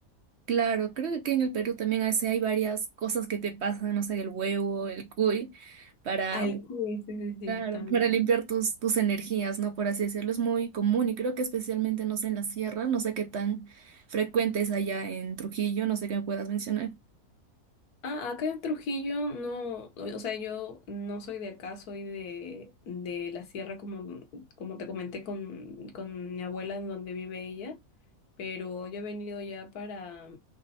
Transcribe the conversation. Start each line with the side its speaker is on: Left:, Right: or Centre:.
Right: Claro, creo que aquí en el Perú también a hay varias cosas que te pasan, no sé, el huevo, el cuy, para,
Left: Al sí, sí, sí, sí,
Right: claro,
Left: también.
Right: para limpiar tus, tus energías, ¿no? Por así decirlo, es muy común y creo que especialmente, no sé, en la sierra, no sé qué tan frecuente es allá en Trujillo, no sé qué me puedas mencionar.
Left: Ah, acá en Trujillo no, o o sea, yo no soy de acá, soy de, de la sierra, como, como te comenté con, con mi abuela, en donde vive ella, pero yo he venido ya para,